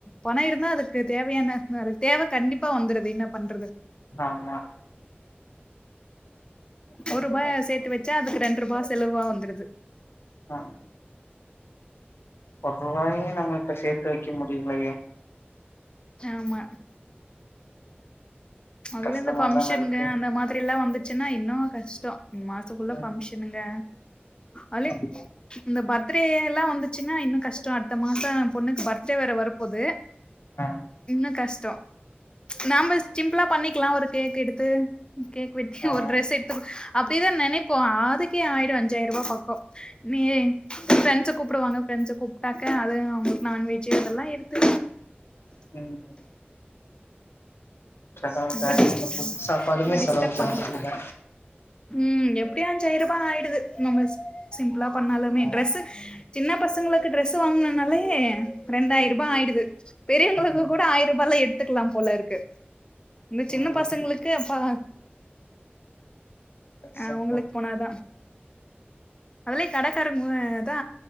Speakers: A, on the left; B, on the left.
A: பண இருந்தா அதுக்கு தேவையான அ தேவை கண்டிப்பா வந்துருது இன்னா பண்றது
B: ஆமா பண்றது
A: ஒரூபா சேத்து வச்சா அதுக்கு ரெண்டு ரூபா செலவா வந்துருது
B: அ ஒரு ரூபாயு நம்மிட்ட சேத்து வெக்க முடியலையே
A: ஆமா அதுல
B: கஷ்டமாதான
A: இந்த ஃபங்க்ஷனுங்க
B: இருக்கு
A: அந்த மாதிரில்லா வந்து ச்சின்னா இன்னு கஷ்டோ மாச ஃபுல்லா
B: ம்
A: ஃபங்க்ஷனுங்க அதிலும்
B: ஆமா
A: இந்த பர்த் த்ரே எல்லா வந்துச்சுன்னா இன்னு கஷ்டோ அடுத்த மாசோ எ பொண்ணுக்கு பர்த்டே வேற வர போது
B: அ
A: இன்னு கஷ்டோ நம்ப சிம்புளா பண்ணிக்கலா ஒரு கேக் எடுத்து கேக் வெட்டி
B: ஆ
A: ஒரு ட்ரெஸ் எடுத்து அப்டிதா நெனைப்போ அதுக்கே ஆயிடு அஞ்சாயிர் ரூவா பக்கோ நீயே ஃப்ரெண்ட்ஸ கூப்டுவாங்க ஃப்ரண்ட்ஸ கூப்ட்டாக்க அதுவு அவுங்களுக்கு நான்வெஜ் அதெல்லா எடுத்து
B: ம் செலவு
A: ரொம்ப
B: ஜாஸ்தி
A: டிஸ்
B: இப்ப ஃபுட் சாப்பாடுமே
A: ரொம்ப
B: செலவு
A: டிஸ்டப்
B: ஜாஸ்திதா
A: பண்றோ ம் எப்டியோ அஞ்சாயிரூபா ஆயிடுது நம்ம சிம் சிம்ப்ளா பண்ணாலுமே
B: ஆ
A: டிரெஸு சின்ன பசங்களுக்கு டிரெஸு வாங்குனாலே ரெண்டாயிர் ரூபா ஆயிடுது பெரியவங்களுக்கு
B: ம்
A: கூட ஆயிர ரூபால எடுத்துக்கலா போல இருக்கு இந்த சின்ன
B: ம்
A: பசங்களுக்கு அப்பா
B: கஷ்டந்தா
A: அ உங்களுக்கு போனாதா அதுலியு கடக்காரங்க தா